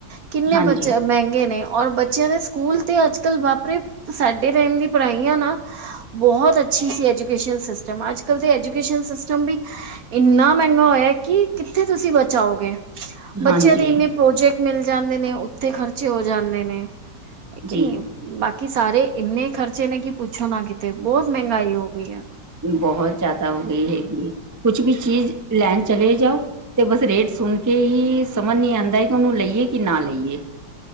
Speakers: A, on the right; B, on the right.
A: ਕਿੰਨੇ
B: ਹਾਂਜੀ
A: ਬੱਚ ਮਹਿੰਗੇ ਨੇ, ਔਰ ਬ ਬੱਚਿਆਂ ਦੇ ਸਕੂਲ ਤੇ ਅੱਜ-ਕੱਲ ਬਾਪਰੇ, ਸਾਡੇ ਟਾਈਮ ਦੀ ਪੜ੍ਹਾਈਆ ਨਾ ਬਹੁਤ ਅੱਛੀ ਸੀ ਐਜੂਕੇਸ਼ਨ ਸਿਸਟਮ, ਅੱਜ-ਕਲ ਤੇ ਐਜੂਕੇਸ਼ਨ ਸਿਸਟਮ ਵੀ ਇੰਨਾ ਮਹਿੰਗਾ ਹੋਇਆ ਕਿ, ਕਿੱਥੇ ਤੁਸੀਂ ਬਚਾਓਗੇ। ਬੱਚਿਆਂ
B: ਹਾਂਜੀ
A: ਦੇ ਇੰਨੇ ਪ੍ਰੋਜੈਕਟ ਮਿਲ ਜਾਂਦੇ ਨੇ, ਉੱਥੇ ਖਰਚੇ ਹੋ ਜਾਂਦੇ ਨੇ। ਹੈ ਕਿ
B: ਜੀ
A: ਨਹੀਂ, ਬਾਕੀ ਸਾਰੇ ਇੰਨੇ ਖਰਚੇ ਨੇ ਕਿ ਪੁੱਛੋ ਨਾ ਕਿਤੇ, ਬਹੁਤ ਮਹਿੰਗਾਈ ਹੋ ਗਈ ਐ।
B: ਬਹੁਤ ਜ਼ਿਆਦਾ ਹੋ ਗਈ ਹੈਗੀ ਏ, ਕੁਛ ਵੀ ਚੀਜ਼ ਲੈਣ ਚਲੇ ਜਾਓ ਤੇ ਬਸ ਰੇਟ ਸੁਣਕੇ ਈ, ਸਮਝ ਨਹੀਂ ਆਂਦਾ ਕਿ ਉਹਨੂੰ ਲਈਏ ਕਿ ਨਾ ਲਈਏ।